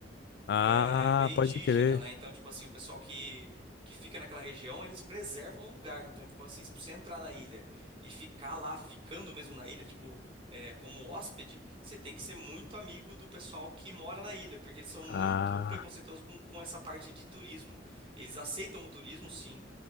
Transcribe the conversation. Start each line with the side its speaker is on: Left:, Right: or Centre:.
Left: Ah,
Right: é, é meio
Left: pode
Right: indígena,
Left: crer.
Right: né? Então, tipo assim, o pessoal que, que fica naquela região, eles preservam o lugar. Então, tipo assim, se você entrar na ilha e ficar lá, ficando mesmo na ilha, tipo, é, como hóspede, você tem que ser muito amigo do pessoal que mora na ilha, porque eles são muito
Left: Ah,
Right: preconceituosos com, com essa parte de turismo. Eles aceitam o turismo, sim,